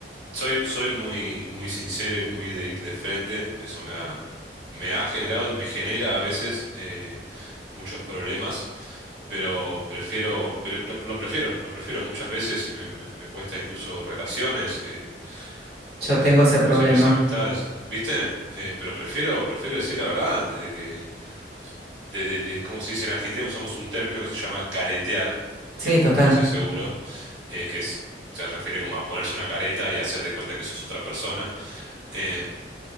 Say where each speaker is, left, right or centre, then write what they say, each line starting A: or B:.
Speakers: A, on the right (about 90°); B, on the right (about 60°).
A: Soy, soy muy, muy sincero y muy de ir de frente. Eso me ha, me ha generado y me genera a veces eh, muchos problemas. Pero prefiero, pero lo, lo prefiero, lo prefiero. Muchas veces me, me- me cuesta incluso relaciones. eh,
B: Yo
A: de, de-
B: tengo
A: de
B: ese
A: posibles
B: problema.
A: amistades, ¿viste? Eh, pero prefiero, prefiero decir la verdad antes de que, de, de, de- como se dice en Argentina, usamos un término que se llama caretear,
B: Sí,
A: que vos
B: total.
A: lo conocés seguro, eh, que es, se refiere como a ponerse una careta y hacer de cuenta que sos otra persona. Eh,